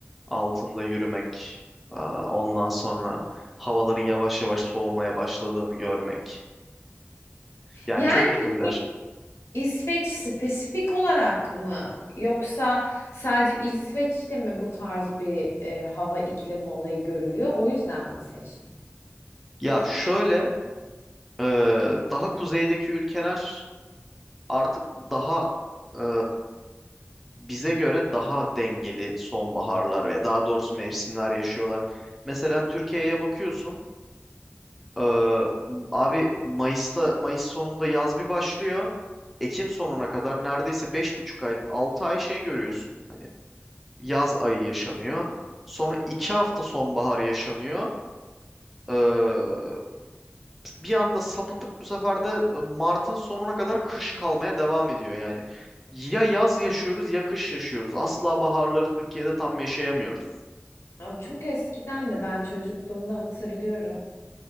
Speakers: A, in the centre; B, on the left.
A: altında yürümek. Aa, ondan sonra havaların yavaş yavaş soğumaya başladığını görmek. Yani
B: Yani
A: çok hoşuma
B: peki
A: gider.
B: İsveç spesifik olarak mı yoksa sadece İsveç'te mi bu tarz bir e, hava iklimi olayı görülüyor? O yüzden mi seçtin?
A: Ya şöyle e, daha kuzeydeki ülkeler artık daha e, bize göre daha dengeli sonbaharlar ve daha doğrusu mevsimler yaşıyorlar. Mesela Türkiye'ye bakıyorsun. Ee, abi Mayıs'ta Mayıs sonunda yaz bir başlıyor. Ekim sonuna kadar neredeyse beş buçuk ay, 6 ay şey görüyorsun. Hani yaz ayı yaşanıyor. Sonra iki hafta sonbahar yaşanıyor. Ee, bir anda sapıtıp bu sefer de Mart'ın sonuna kadar kış kalmaya devam ediyor yani. Ya yaz yaşıyoruz ya kış yaşıyoruz. Asla baharları Türkiye'de tam yaşayamıyoruz.
B: Aa, çok eskiden de ben çocukluğumda hatırlıyorum.